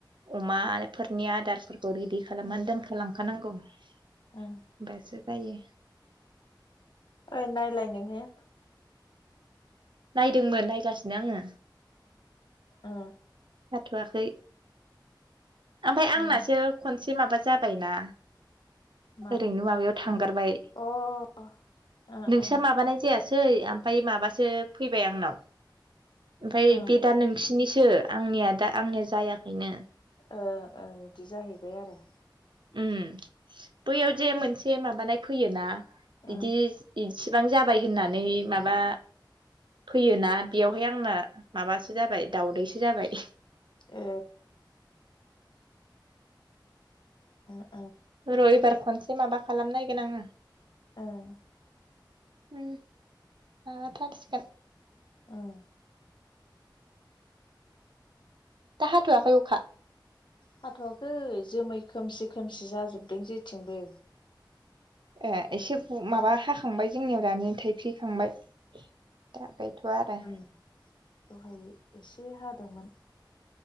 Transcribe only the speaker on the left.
ओं
ओं
ओइ नायलाय नोंङो
ओ
ओं
मा
अ ओं
ओं
ओं
ओ ओ बिदि जाहैबाय आरो
ओं
ए ओ
ओं
ओं
हाथवाखै जोमै खोमसि खोमसि जाजोबदों जेथिंबो
औ दहाय एसे हादोंमोन